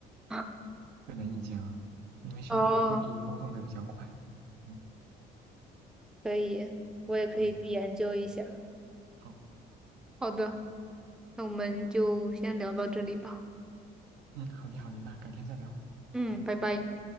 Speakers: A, in the centre; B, on the right (about 80°).
A: <laughs>
B: 个人意见啊，因为虚拟货币波动的比较快。
A: 哦，
B: 嗯
A: 可以，我也可以去研究一下。
B: 嗯，好，
A: 好的，那我们就先聊到这里吧。
B: 嗯，好的好的，那改天再聊。
A: 嗯，拜拜。